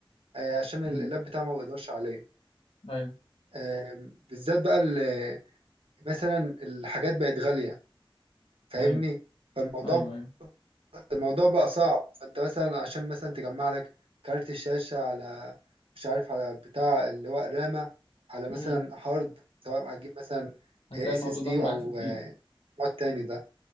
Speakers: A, on the right; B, on the left.
A: آه، عشان اللاب
B: امم
A: بتاعي ما بيقدرش عليه
B: ايوه
A: آم، بالذات بقى ال- مثلا الحاجات بقت غاليه فاهمني
B: ايوه
A: فالموضوع
B: ايوه ايوه
A: الموضوع بقى صعب فانت مثلا عشان مثلا تجمع لك كارت الشاشة على مش عارف على بتاع اللي هو رامة على مثلا
B: امم
A: هارد سواء هتجيب مثلا
B: هتلاقي
A: اس
B: الموضوع
A: اس دي
B: داخل
A: او
B: معاك في كتير
A: آه، مواد تاني ده